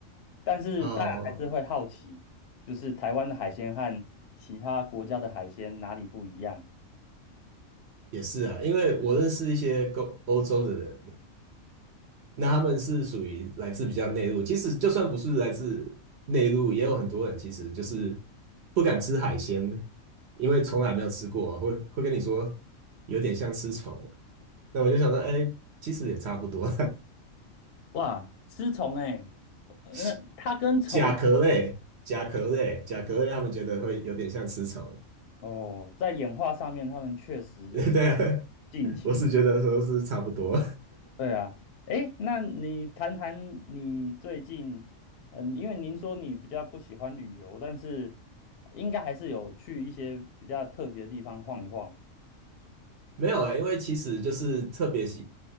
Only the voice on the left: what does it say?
但是大家还是会好奇，
就是台湾的海鲜和其他国家的海鲜哪里不一样？
哇，吃虫哎、呃那它跟虫
哦，在演化上面，他们确实就是
近亲。
对啊，诶，那你谈谈你最近，嗯，因为您说你比较不喜欢旅游，但是应该还是有去一些比较特别的地方晃一晃。